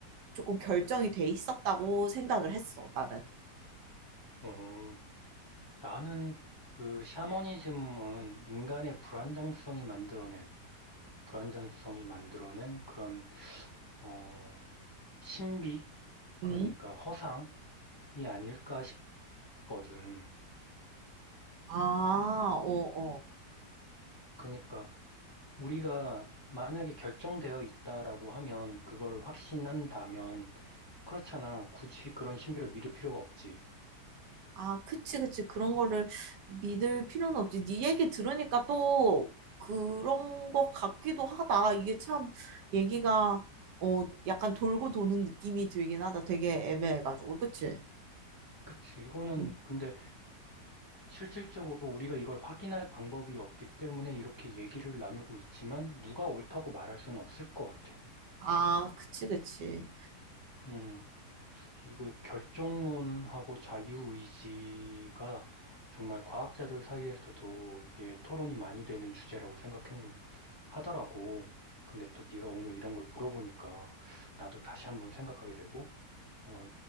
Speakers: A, on the right; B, on the left.
A: 조금 결정이 돼 있었다고 생각을 했어, 나는.
B: 어, 나는 그 샤머니즘은 인간의 불안정성이 만들어낸 불안정성이 만들어낸 그런 어, 신비? 그러니까
A: 음.
B: 허상이 아닐까 싶거든.
A: 아, 어, 어.
B: 그러니까 우리가 만약에 결정되어 있다라고 하면 그걸 확신한다면 그렇잖아. 굳이 그런 신비를 믿을 필요가 없지.
A: 아, 그치, 그치. 그런 거를 믿을 필요는 없지. 네 얘기 들으니까 또 그런 것 같기도 하다. 이게 참 얘기가 어, 약간 돌고 도는 느낌이 들긴 하다. 되게 애매해가지고. 그치?
B: 그치. 이거는
A: 음.
B: 근데 실질적으로 우리가 이걸 확인할 방법이 없기 때문에 이렇게 얘기를 나누고 있지만 누가 옳다고 말할 수는 없을 것 같아.
A: 아, 그치, 그치.
B: 음, 이거 결정론하고 자유의지가 정말 과학자들 사이에서도 이게 토론이 많이 되는 주제라고 생각했 하더라고. 근데 또 네가 오늘 이런 걸 물어보니까 나도 다시 한번 생각하게 되고, 어,